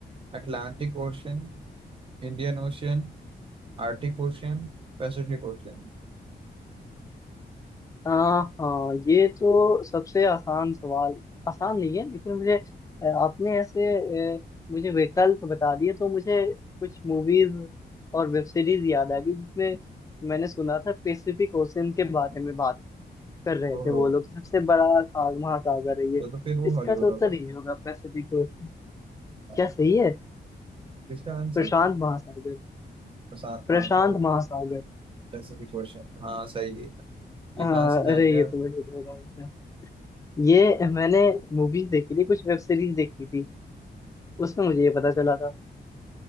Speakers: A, on the right; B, on the left.
A: Atlantic Ocean Indian Ocean Arctic Ocean Pacific Ocean
B: हाँ हाँ ये तो सबसे आसान सवाल आसान नहीं है लेकिन मुझे अ, आपने ऐसे अ, मुझे विकल्प बता दिए तो मुझे कुछ मूवीज और वेब सीरीज याद आ गई जिसमें मैंने सुना था पैसिफिक ओशन के बारे में बात कर रहे थे
A: ओहो
B: वो लोग कि सबसे बड़ा सा- महासागर है ये
A: तो तो फिर वो
B: इसका
A: हॉलीवुड
B: तो उत्तर
A: होगा
B: ही होगा पैसिफिक ओशन
A: हाँ,
B: क्या सही है
A: इसका आंसर
B: प्रशांत महासागर
A: प्रशांत
B: प्रशांत
A: महासागर
B: महासागर
A: पैसिफिक ओशियन हाँ सही है ये
B: हाँ
A: कहाँ से जान
B: अरे
A: गया
B: ये तो मुझे दे रहा हूँ था। ये मैंने मूवीज देखी थी कुछ वेब सीरीज देखी थी उसमें मुझे ये पता चला था